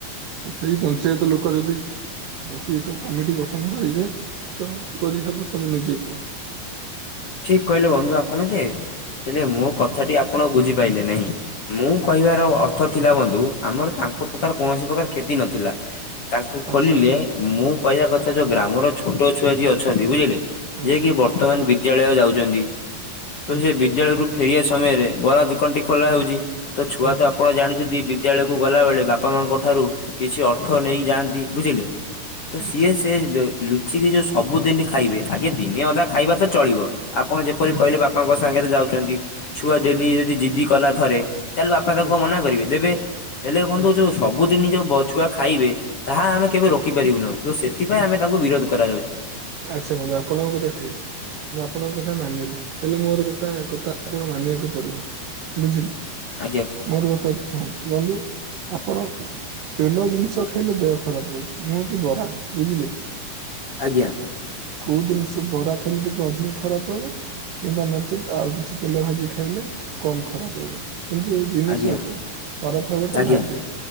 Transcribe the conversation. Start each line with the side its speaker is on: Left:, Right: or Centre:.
Right: ସେଇ ପହଞ୍ଚାୱ ତ ଲୋକ ଯଦି ବସି ଏକ କମିଟି ଗଠନ କରିବେ ତ କିପରି ହବ ତମେ ନିଜେକୁଅ।
Left: ଠିକ୍ କହିଲେ ବନ୍ଧୁ ଆପଣ ଯେ ହେଲେ ମୋ କଥାଟି ଆପଣ ବୁଝିପାରଲେେ ନାହିଁ। ମୁଁ କହିବାର ଅର୍ଥ ଥିଲା ବନ୍ଧୁ ଆମର ତାଙ୍କ
Right: ଆଚ୍ଛା
Left: ପ୍ରଖରେ କୌଣସି ପ୍ରକାର କ୍ଷତି ନଥିଲା। ତାଙ୍କୁ
Right: ଆଚ୍ଛା
Left: ଖୋଲିଲେ ମୁଁ କହିବା କଥା ଯୋଉ ଗ୍ରାମର ଛୋଟ ଛୁଆ ଯିଏ ଅଛନ୍ତି ବୁଝିଲେ
Right: ଆଚ୍ଛା
Left: ଯିଏ କି ବର୍ତ୍ତମାନ ବିଦ୍ୟାଳୟ ଯାଉଛନ୍ତି, ତ
Right: ଆଚ୍ଛା
Left: ସେ ବିଦ୍ୟାଳୟରୁୁ ଫେରିବା ସମୟରେ ବରା ଦୋକାନଟି ଖୋଲା ହୋଉଛି। ତ ଛୁଆ
Right: ଆଚ୍ଛା
Left: ତ ଆପଣ ଜାଣିଛନ୍ତି ବି ବିଦ୍ୟାଳୟକୁ ଗଲା ବେଳେ ବାପା ମାଙ୍କ ଠାରୁ କିଛି ଅର୍ଥ ନେଇକ ଯାଆନ୍ତି ବୁଝିଲେ। ତ
Right: ଆଚ୍ଛା
Left: ସିଏ ସେ ଲୁଚିକି ଯୋଉ ସବୁଦିନ ଖାଇବେ ଆଗେ ଦିନେ ଅଦା ଖାଇବା ତ ଚଳିବ। ଆପଣ ଯେପରି
Right: ଆଚ୍ଛା
Left: କହିଲେ ବାପାଙ୍କ ସାଙ୍ଗରେ ଯାଉଛନ୍ତି ଛୁଆ ଡେଲି ଯଦି ଜିଦି କଲା ଥରେ। ତାହେଲେ ବାପା ତାଙ୍କ
Right: ଆଚ୍ଛା
Left: ମନା କରିବେ ଦେବେ ହେଲେ ବନ୍ଧୁ
Right: ଆଚ୍ଛା
Left: ଯୋଉ ସବ୍ ସବୁଦିନି ଯୋଉ ବ ଛୁଆ ଖାଇବେ ତାହା ଆମେ କେବେ ରୋକିପାରିବୁ ନି ଆଉ। ତ ସେଥିପାଇଁ ଆମେ ତାଙ୍କୁ ବିରୋଧ କରାଯାଉଛି।
Right: ଆଚ୍ଛା ବନ୍ଧୁ ଆପଣଙ୍କ କଥା ଠିକ୍। ମୁଁ ଆପଣଙ୍କ କଥା ମାନିଲି ହେଲେ ମୋର ଗୋଟେ କଥା ଆପଣ ମାନିବାକୁ ପଡିବ। ବୁଝିଲେ।
Left: ଆଜ୍ଞା।
Right: ମୋର କଥା ଶୁଣନ୍ତୁ ବନ୍ଧୁ ଆପଣ ତେଲ ଜିନିଷ ଖାଇଲେ ଦେହ ଖରାପ ହଉଛି ମୁଁ କି ବରା ବୁଝିଲେ।
Left: ଆଜ୍ଞା।
Right: କୋଉ ଦିନିଷ ବରା ଖାଇଲେ ଟିକେ ଅଧିକ ଖରାପ ହେବ? କିମ୍ବା ନଚେତ୍ ଆଉ କିଛି ତେଲ ଭାଜି ଖାଇଲେ କମ ଖରାପ ହେବ କିନ୍ତୁ ଜିନିଷ
Left: ଆଜ୍ଞା ଆଜ୍ଞା
Right: ଏକା ଖରାପ ହବଟା
Left: ଆଜ୍ଞା
Right: ଧାର୍ଯ୍ୟ